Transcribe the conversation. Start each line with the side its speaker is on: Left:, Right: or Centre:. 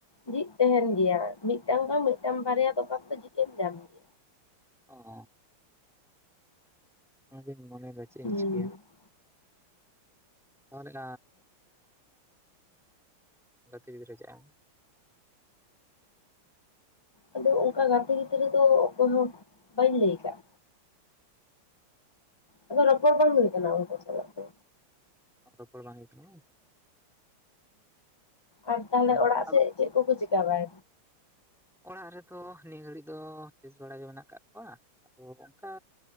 Left: ᱡᱷᱤᱡ ᱛᱟᱦᱮᱱ ᱜᱮᱭᱟ ᱾ ᱢᱤᱫᱴᱟᱝ ᱵᱟᱝ ᱢᱤᱫᱴᱟᱝ ᱵᱟᱨᱭᱟ ᱫᱚᱠᱟᱱ ᱫᱚ ᱡᱷᱤᱡ ᱮᱢ ᱧᱟᱢ ᱜᱮ᱾
Centre: ᱚᱻ ᱚᱱᱟ ᱫᱚᱧ ᱢᱚᱱᱮᱭ ᱫᱟ ᱪᱮᱜ ᱤᱧ
Left: ᱦᱩᱸ
Centre: ᱪᱤᱠᱟᱹᱭᱟ᱾ ᱛᱟᱦᱚᱞᱮ <inaudible> ᱜᱟᱛᱮ ᱜᱤᱫᱽᱨᱟᱹ ᱪᱮᱫᱼᱟ
Left: ᱟᱫᱚ ᱚᱱᱠᱟ ᱜᱟᱛᱮ ᱜᱤᱫᱽᱨᱟᱹ ᱫᱚ ᱚᱠᱚᱭ ᱦᱚᱸ ᱵᱟᱹᱧ ᱞᱟᱹᱭ ᱠᱟᱜ ᱟᱫᱚ ᱨᱚᱯᱚᱲ ᱵᱟᱝ ᱦᱳᱭ ᱠᱟᱱᱟ ᱩᱝᱠᱩ ᱥᱟᱞᱟᱜ ᱫᱚ᱾
Centre: ᱨᱚᱯᱚᱲ ᱵᱟᱝ ᱦᱳᱭ ᱠᱟᱱᱟ ᱵᱟᱝ᱾
Left: ᱟᱨ ᱛᱟᱦᱚᱞᱮ
Centre: ᱚᱱᱟ
Left: ᱚᱲᱟᱜ
Centre: ᱟᱫᱚ
Left: ᱥᱮᱜ ᱪᱮᱜ ᱠᱚᱠᱚ ᱪᱤᱠᱟ ᱵᱟᱭ
Centre: ᱚᱲᱟᱜ ᱨᱮᱫᱚ ᱱᱤᱭᱟᱹ ᱜᱷᱟᱹᱲᱤᱡ ᱫᱚ, ᱵᱮᱥ ᱵᱟᱲᱟ ᱜᱮ ᱢᱮᱱᱟᱜ ᱠᱟᱜ ᱠᱚᱣᱟ᱾ ᱟᱫᱚ ᱚᱱᱠᱟ